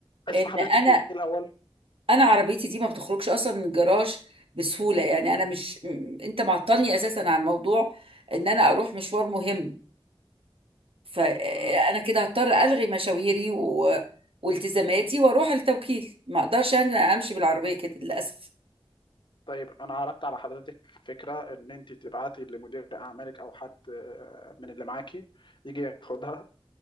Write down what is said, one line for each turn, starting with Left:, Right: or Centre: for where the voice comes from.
Left: اسم
Right: إن
Left: حضرتك
Right: أنا
Left: ايه الاول
Right: أنا عربيتي دي ما بتخرجش أصلا من الجراج بسهولة يعني أنا مش م- أنت معطلني أساسا عن موضوع إن أنا أروح مشوار مهم فأنا
Left: مم.
Right: كده هضطر ألغي مشاويري و... والتزاماتي وأروح التوكيل ما أقدرش أنا أمشي بالعربية كده للأسف
Left: طيب انا عرضت على حضرتك فكره ان انت تبعتي لمدير اعمالك او حد آه، من اللي معاكي يجي ياخدها